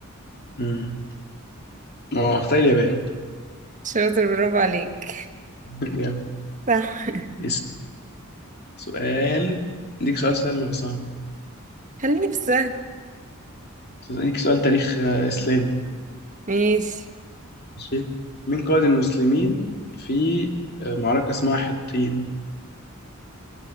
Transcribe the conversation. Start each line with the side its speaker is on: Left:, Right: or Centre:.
Left: مم. ما هو هختار اليابان
Right: شاطر برافو عليك
Left: <laughs> جامد
Right: صح
Left: بس سؤال اديك سؤال سهل ولا صعب
Right: خليني في السهل
Left: أسألك سؤال تاريخ آه، إسلامي
Right: ماشي
Left: ماشي مين قائد المسلمين في آه، معركة اسمها حطين